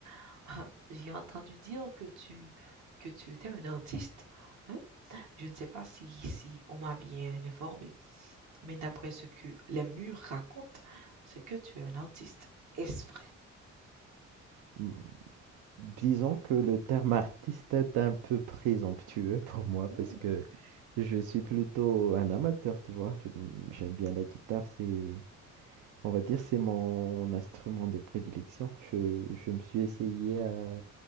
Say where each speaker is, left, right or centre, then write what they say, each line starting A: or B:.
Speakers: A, on the right (about 65°); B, on the right (about 80°).
A: <laughs> Ah, J'ai entendu dire que tu, que tu étais un artiste, hein? Je ne sais pas si, si on m'a bien informé, mais d'après ce que les murs racontent, c'est que tu es un artiste. Est-ce vrai?
B: Mm. Disons que le terme artiste est un peu présomptueux <laughs> pour moi
A: Hmm,
B: parce que je suis plutôt un amateur, tu vois. Je- J'aime bien la guitare, c'est, on va dire, c'est mon instrument de prédilection. Je, je me suis essayé à,